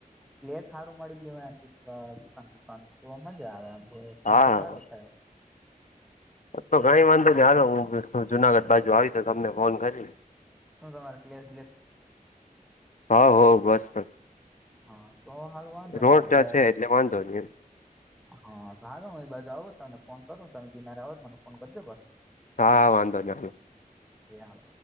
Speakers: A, in the centre; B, on the left.
A: પ્લેસ સારું મળી ગયું <unintelligible> દુકાન બુકાન તો મજા આવે આમ
B: હા
A: તો સારો છે.
B: તો કઈ વાંધ હાલો હું <unintelligible> જુનાગઢ બાજુ આવી તો તમને ફોન કરી.
A: શું તમારે પ્લેર
B: હા હો બસ બસ.
A: હા તો હાલ વાંધો ને
B: રોડ
A: તો આપડે
B: ટચ છે એટલે વાંધો નહી એમ.
A: હા તો હાલો હું એ બાજુ આવુ તમને ફોન કરું તમે ગિનારે આવો તો મને ફોન કરજો પાછો.
B: હા હા વાંધો નહીં.
A: એ હ.